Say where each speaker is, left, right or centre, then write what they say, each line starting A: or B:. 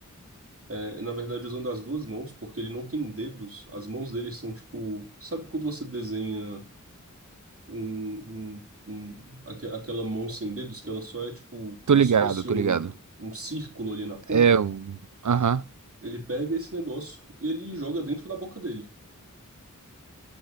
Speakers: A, on the right; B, on the right.
A: é, na verdade, usando as duas mãos, porque ele não tem dedos. As mãos dele são tipo. Sabe quando você desenha um, um- um- aque- aquela mão sem dedos, que ela só é tipo como
B: Tô ligado,
A: se fosse
B: tô
A: um,
B: ligado.
A: um círculo ali na ponta?
B: É, o- aham.
A: Ele pega esse negócio e ele joga dentro da boca dele.